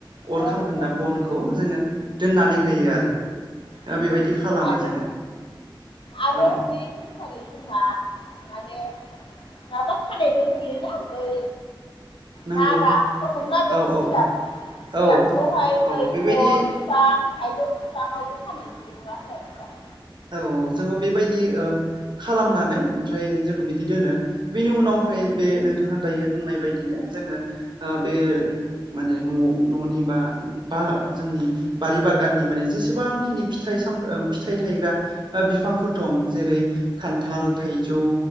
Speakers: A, on the right (about 60°); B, on the left (about 85°).
A: अर
B: औ
A: खामखोन्दा
B: औ
A: बनखौ जोङो दोननानै होयो आरो।
B: नंगौ
A: ओ बेबायदि
B: नंगौ
A: खालामो
B: आरो
A: जोङो
B: आरो
A: औ।
B: <unintelligible> जोंहा माने माबा खानायबो नुयोना बै
A: नंगौ
B: नाराथ' नंला बे
A: औ
B: जिगाब
A: औ औ
B: जिगाबखौहाय
A: औ
B: बै
A: बेबायदि
B: गय फां थाइजौ फिफांआवबो खानाय नुयो नङा होमबा नोंथां?
A: औ औ जोङो बेबायदि ओ खालामनानै ओमफ्राय जों बिदि दोनो। बेनि उनाव ओमफ्राय बे नोंथाङा दायो बुंनाय बायदिनो जोङो ओ बे माने न' न'नि बा बा जोंनि बारि बागाननि माने जेसेबांखिनि फिथाइ साम ओ फिथाइ थायग्रा ओ बिफांफोर दं जेरै खान्थाल थाइजौ